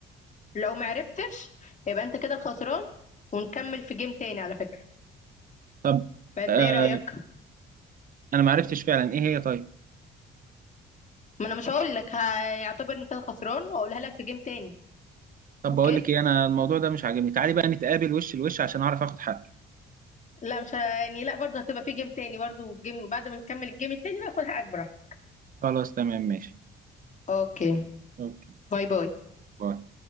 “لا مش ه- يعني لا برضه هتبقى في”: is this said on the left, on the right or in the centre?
Left